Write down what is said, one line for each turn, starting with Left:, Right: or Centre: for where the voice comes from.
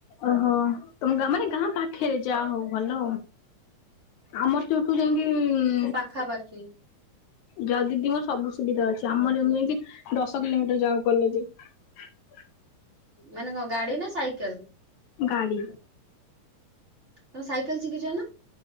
Left: ଓହୋ! ତୋମେ ଗ- ମାନେ ଗାଁ ପାଖରେ ଯା ହଉ ଭଲ। ଆମର ତ ଏଇଠୁ ଯାଇକି ଉଁ,
Right: ପାଖା ପାଖି।
Left: ଯାଅ ଦିଦି ମୋର ସବୁ ସୁବିଧା ଅଛି। ଆମର ଯେମ ଏମତି ଦଶ କିଲୋମିଟର ଯାଉ କଲେଜେ। ହ
Right: ମାନେ କଣ ଗାଡି ନା ସାଇକେଲ।
Left: ଗାଡି
Right: ତମେ ସାଇକେଲ ଶିଖିଛ ନା?